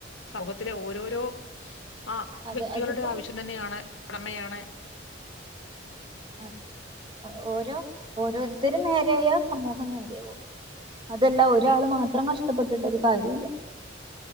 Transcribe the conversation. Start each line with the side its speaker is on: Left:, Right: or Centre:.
Left: സർവ ത്തിലെ ഓരോരോ ആ
Right: അത്
Left: വ്യക്തികളുടെ
Right: അതിപ്പോ
Left: ആവശ്യം തന്നെയാണ് ഉടമയാണ്
Right: അത് ഓരോ ഓരോരുത്തരും നേരെയായോ സമൂഹം നേരയവും അതെല്ല ഒരാള്
Left: അതെ
Right: മാത്രം കഷ്ടപ്പെ ടപ്പെട്ടിട്ടു ഒരു കാര്യല്ല